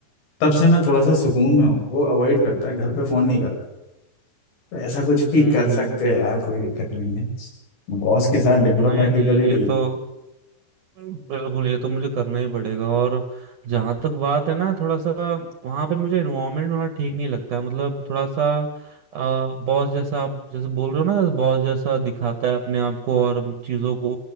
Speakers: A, on the left; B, on the right.
A: तब से मैं थोड़ा सा सुकून में हूँ वो अवॉइड करता है घर पे फोन नहीं करता तो ऐसा कुछ भी
B: हम्म
A: कर सकते हैं यार कोई दिक्कत नहीं है बॉस के साथ
B: नहीं
A: डिप्लोमेटिकली
B: नहीं ये तो बिल्कुल ये तो मुझे करना ही पड़ेगा और जहां तक बात है ना थोड़ा सा वहां पे मुझे एनवायरनमेंट थोड़ा ठीक नहीं लगता है मतलब थोड़ा सा बॉस जैसा आप जैसे बोल रहे हो ना बॉस जैसा दिखाता है अपने आप को और चीजों को